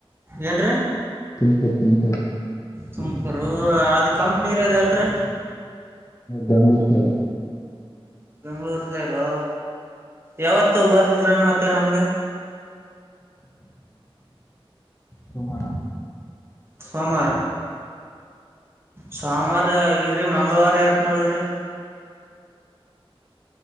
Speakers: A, on the right; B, on the left.
A: ಏನ್ರೀ
B: ತುಮಕೂರು ತುಮಕೂರು
A: ಸುಮಕರು ಅದ ಕಂಪಾನಿರದ್ ಎಲ್ರಿ
B: ಬೆಂಗಳೂರು ಸೈಡ್
A: ಬೆಂಗಳೂರು ಸೇರು ಯಾವತ್ತು ಬರ್ಲ್ರಿ ಮತ್ತೆ ನಮ್ಗೆ
B: ಸೋಮವಾರ
A: ಸೋಮ ಸೋಮಾರ ಇಲ್ರಿ ಮಂಗಳವಾರ ಯಾರ್ದನೋಳಿ